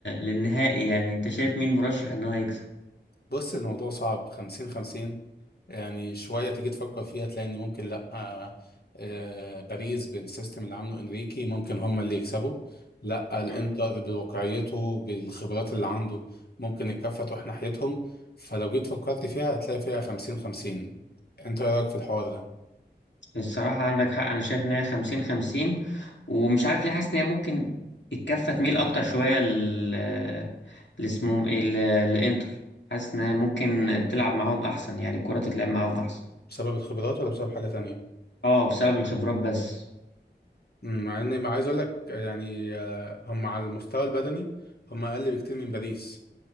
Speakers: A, on the left (about 80°); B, on the left (about 60°).
A: للنهائي يعني انت شايف مين مرشح ان هو يكسب؟
B: بص الموضوع صعب خمسين خمسين يعني شوية تيجي تفكر فيها تلاقي ان ممكن لا آه آه باريس بالسيستم اللي عامله انريكي ممكن هم اللي يكسبوا لا الانتر
A: مم.
B: بواقعيته بالخبرات اللي عنده ممكن الكفة تروح ناحيتهم فلو جيت فكرت فيها هتلاقي فيها خمسين خمسين انت ايه رأيك في الحوار ده
A: الصراحة عندك حق انا شايف ان هي خمسين خمسين ومش عارف ليه حاسس ان هي ممكن الكفة تميل اكتر شوية ل ل- اسمهم ايه ل- لانتر حاسس ان هي ممكن تلعب معاهم احسن يعني الكرة تتلعب معاهم احسن
B: بسبب الخبرات ولا بسبب حاجة تانية
A: اه بسبب الخبرات بس
B: مم، مع اني ما عايز اقول لك يعني آه هم على المستوى البدني هم اقل بكتير من باريس